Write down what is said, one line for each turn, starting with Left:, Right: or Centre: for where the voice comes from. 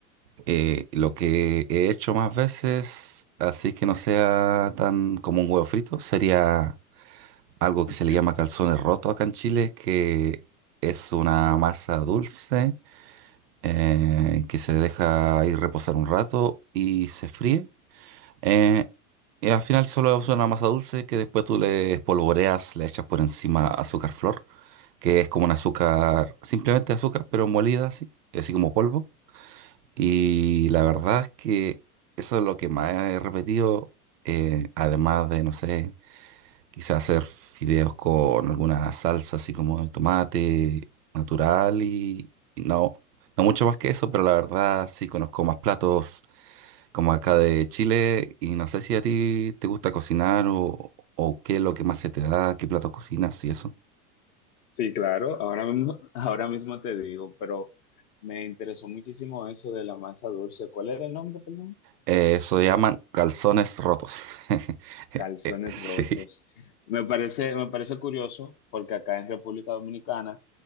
Right: Eh, lo que he hecho más veces, así que no sea tan como un huevo frito, sería algo
Left: <laughs>
Right: que se le llama calzones rotos acá en Chile, que es una masa dulce eh, que se deja ir reposar un rato y se fríe. Eh, y al final solo es una masa dulce que después tú le espolvoreas, le echas por encima azúcar flor, que es como un azúcar, simplemente azúcar, pero molida así, así como polvo. Y la verdad es que eso es lo que más he repetido, eh, además de, no sé, quizás hacer fideos con alguna salsa así como de tomate natural y, y no, no mucho más que eso, pero la verdad sí conozco más platos como acá de Chile, y no sé si a ti te gusta cocinar o, o qué es lo que más se te da, qué plato cocinas y eso.
Left: Sí, claro, ahora mismo, ahora mismo te digo, pero me interesó muchísimo eso de la masa dulce. ¿Cuál era el nombre, perdón?
Right: Eh, eso se llaman calzones rotos. <laughs>
Left: Calzones
Right: Eh, Sí,
Left: rotos. Me parece, me parece curioso porque acá en República Dominicana